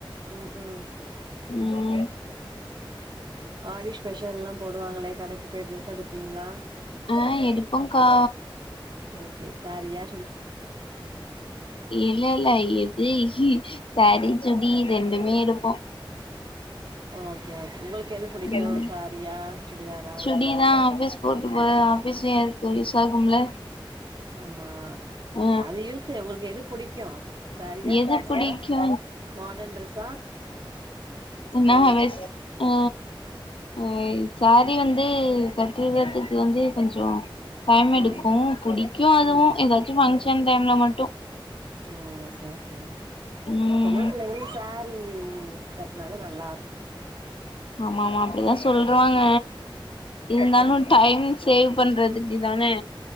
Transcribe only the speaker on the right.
ம்க்ம்
ஆடி ஸ்பெஷல் எல்லா போடுவாங்களே கடைக்கு போய் ட்ரெஸ் எடுப்பீங்களா
செர் செர் சேரியா
ஓகே ஓகே உங்களுக்கு எது புடிக்கு
சேரீயா சுடிதாரா
ஆமா
அது யூஸ்சே உங்களுக்கு எது புடிக்கு சாரியா
சுடிதாரா
மாடர்ன் ட்ரெஸ்ஸா
ஓ
ஓ
ம்
ம்
ம் ஓகே ஓகே ஓகே
பொம்பள புள்ளைங்களுக்கு சாரீ கட்னாதா நல்லாருக்கு